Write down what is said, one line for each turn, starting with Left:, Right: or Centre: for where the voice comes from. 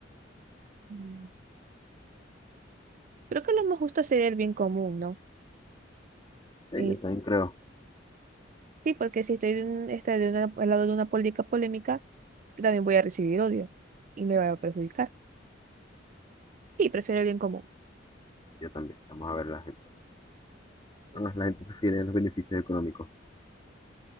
Right: mm. Creo que lo más justo sería el bien común, ¿no?
Left: Sí,
Right: Es,
Left: yo también creo.
Right: sí, porque si estoy, de un- estoy de una- al lado de una política polémica, también voy a recibir odio y me va a perjudicar. Y prefiero el bien común.
Left: Yo también. Vamos a ver la gente. No, la gente prefiere los beneficios económicos.